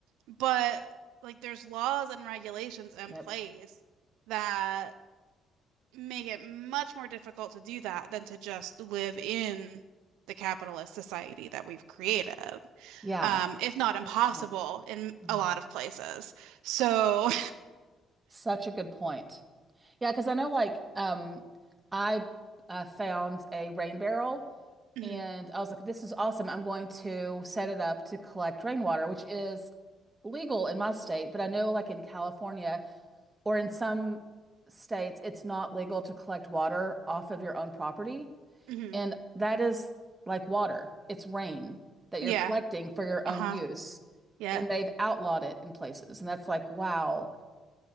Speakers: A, on the right; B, on the right.
A: But like, there's laws and regulations in
B: yep
A: place that make it much more difficult to do that than to just live in the capitalist society that we've created,
B: yeah
A: um, if not impossible
B: good point
A: in
B: Mhm.
A: a lot of places. So,
B: such a good point Yeah, because I know like um I uh, found a rain barrel
A: <laughs> mhm,
B: and I was like, this is awesome. I'm going to set it up to collect rainwater, which is legal in my state, but I know like in California or in some states, it's not legal to collect water off of your own property.
A: mhm,
B: And that is like water. It's rain that
A: yeah,
B: you're collecting for your
A: uh-huh,
B: own use.
A: yep,
B: And they've outlawed it in places. And that's like, wow